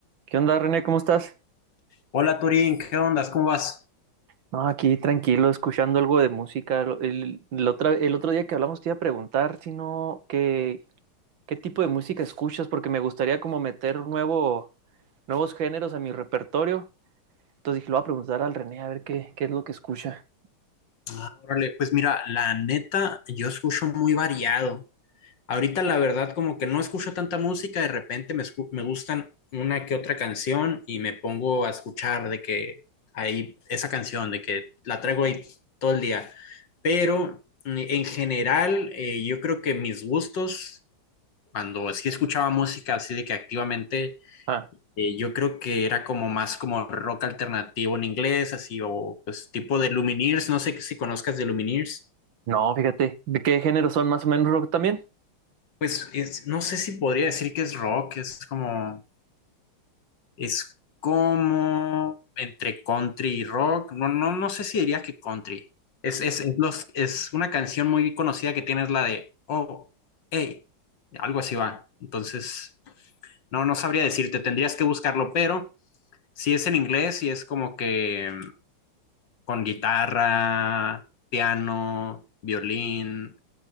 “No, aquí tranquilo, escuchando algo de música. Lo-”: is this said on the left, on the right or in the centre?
Right